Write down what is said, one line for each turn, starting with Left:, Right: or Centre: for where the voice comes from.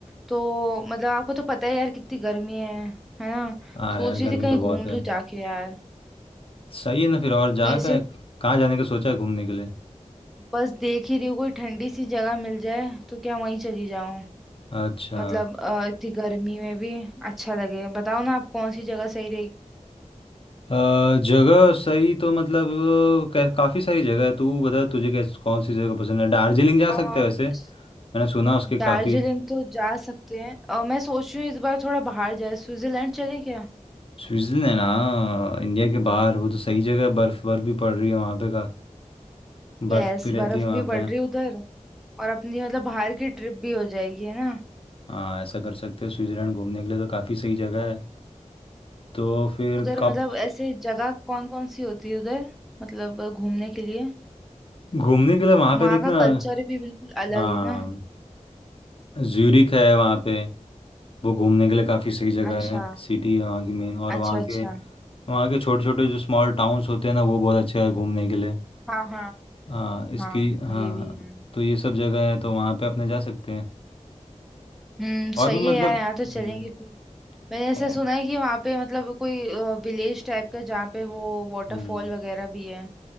Centre: तो मतलब आपको तो पता है यार कितनी गर्मी है है ना
Left: हाँ
Centre: सोच
Left: यार
Centre: रही
Left: गर्मी
Centre: थी कहीं
Left: तो
Centre: घूम
Left: बहुत है
Centre: लूं जाके यार
Left: सही है ना फिर और जा
Centre: कैसे
Left: का कहाँ जाने का सोचा है घूमने के लिए
Centre: बस देख ही रही हूँ कोई ठंडी सी जगह मिल जाए तो क्या वहीं चली जाऊं
Left: अच्छा
Centre: मतलब अ, इतनी गर्मी में भी अच्छा लगे बताओ ना आप कौन सी जगह सही
Left: अ, जगह सही तो मतलब कै- काफ़ी सारी जगह है तू बता तुझे कैस कौन सी जगह पसंद है दार्जिलिंग जा
Centre: रहेगी
Left: सकते हैं वैसे मैंने सुना उसके
Centre: दार्जिलिंग
Left: काफ़ी
Centre: तो जा सकते हैं और मैं सोच रही हूँ इस बार थोड़ा बाहर जाए स्विट्जरलैंड चलें क्या
Left: स्विट्ज़रलैंड ना इंडिया के बाहर वो तो सही जगह है बर्फ़ बर्फ़ भी पड़ रही है वहाँ पे का बर्फ़
Centre: यस
Left: भी रहती
Centre: बर्फ
Left: है वहाँ
Centre: भी पड़
Left: पे
Centre: रही है उधर और अपनी मतलब बाहर की ट्रिप भी हो जाएगी है ना
Left: हाँ ऐसा कर सकते हो स्विट्जरलैंड घूमने के लिए तो काफ़ी सही जगह है तो फिर
Centre: उधर
Left: कब
Centre: मतलब ऐसे जगह कौन कौन सी होती है उधर मतलब अ, घूमने के लिए
Left: घूमने के लिए वहाँ
Centre: वहाँ
Left: पे देखना
Centre: का कल्चर भी बिल्कुल अलग
Left: हाँ
Centre: है ना
Left: ज्यूरिक है वहाँ पे वो घूमने के लिए काफ़ी सही जगह
Centre: अच्छा
Left: है सिटी है वहाँ की मेन और
Centre: अच्छा
Left: वहाँ
Centre: अच्छा
Left: के वहाँ के छोटे छोटे जो स्मॉल टाउन्स होते हैं ना वो बहुत अच्छे हैं घूमने के लिए
Centre: हाँ हाँ
Left: हाँ इसकी
Centre: हाँ
Left: हाँ
Centre: ये भी है
Left: तो ये सब जगह है तो वहाँ पे अपने जा सकते हैं
Centre: हम्म
Left: और
Centre: सही
Left: भी मतलब
Centre: है यार यहाँ तो
Left: हम्म,
Centre: चलेंगे फिर मैंने ऐसा
Left: और-
Centre: सुना है कि वहाँ पे मतलब कोई विलेज टाइप का जहाँ पे वो वाटरफॉल
Left: हम्म,
Centre: वगैरह भी है